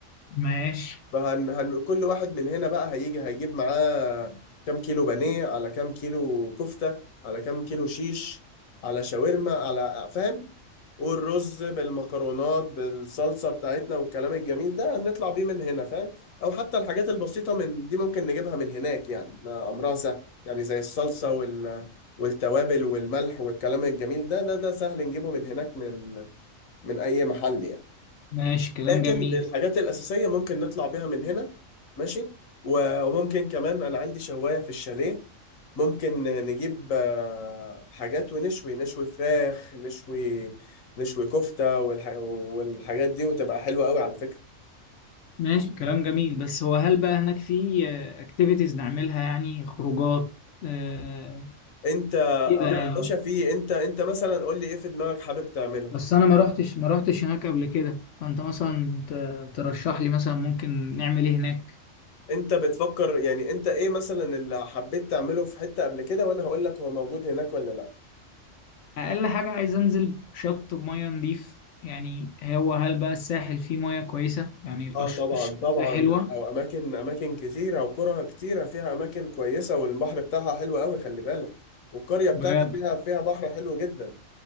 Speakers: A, on the left; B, on the left.
A: ماشي
B: فهن هن كل واحد من هنا بقى هيجي هيجيب معاه كام كيلو بانيه على كام كيلو كفتة على كام كيلو شيش على شاورما على فاهم والرز بالمكرونات بالصلصة بتاعتنا والكلام الجميل ده هنطلع بيه من هنا فاهم او حتى الحاجات البسيطة من دي ممكن نجيبها من هناك يعني ما امرها سهل يعني زي الصلصة وال والتوابل والملح والكلام الجميل ده ده ده سهل نجيبه من هناك من من اي محل يعني
A: ماشي كلام
B: لكن
A: جميل
B: الحاجات الأساسية ممكن نطلع بيها من هنا ماشي و- وممكن كمان أنا عندي شواية في الشاليه ممكن نجيب آه، حاجات ونشوي نشوي فراخ نشوي نشوي كفتة والح... والحاجات دي وتبقى حلوة قوي على فكرة
A: ماشي كلام جميل بس هو هل بقى هناك في اكتيفيتيز نعملها يعني خروجات آه،
B: انت آه،
A: كده يعني
B: يا باشا في انت انت مثلا قول لي ايه في دماغك حابب تعمله
A: بس انا ما رحتش ما رحتش هناك قبل كده فانت مثلا ت- ترشح لي مثلا ممكن نعمل ايه هناك
B: انت بتفكر يعني انت ايه مثلا اللي حبيت تعمله في حتة قبل كده وانا هقول لك هو موجود هناك ولا لا
A: اقل حاجه عايز انزل شط بميه نضيف يعني هو هل بقى الساحل فيه ميه كويسه يعني
B: اه
A: الأش-
B: طبعا
A: الشواطئ
B: طبعا
A: حلوه
B: لا واماكن اماكن اماكن كتيره وقرى كتيره فيها اماكن كويسه والبحر بتاعها حلو قوي خلي بالك والقريه بتاعتي
A: بجد
B: فيها فيها بحر حلو جدا